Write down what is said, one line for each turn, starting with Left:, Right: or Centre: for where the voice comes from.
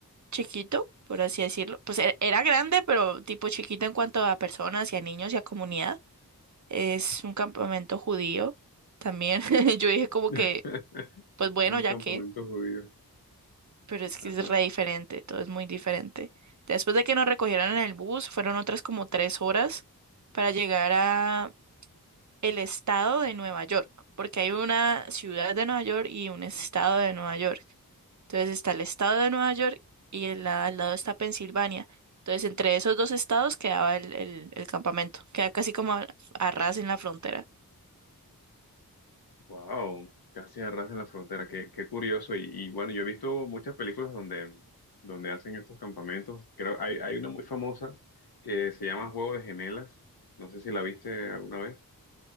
Right: chiquito, por así decirlo. Pues era era grande, pero tipo chiquito en cuanto a personas y a niños y a comunidad. Es un campamento judío también. <laughs> Yo dije como
Left: <laughs>
Right: que, pues bueno,
Left: Un
Right: ya
Left: campamento
Right: que,
Left: judío.
Right: pero es que
Left: Ajá.
Right: es re diferente, todo es muy diferente. Después de que nos recogieron en el bus, fueron otras como tres horas para llegar a el estado de Nueva York, porque hay una ciudad de Nueva York y un estado de Nueva York. Entonces está el estado de Nueva York y el la- al lado está Pensilvania. Entonces entre esos dos estados quedaba el, el- el campamento, queda casi como a a ras en la frontera.
Left: Wow, casi a ras de la frontera. Qué, qué curioso. Y, y bueno, yo he visto muchas películas donde, donde hacen estos campamentos. Creo, hay, hay una muy famosa que se llama Juego de Gemelas. No sé si la viste alguna vez.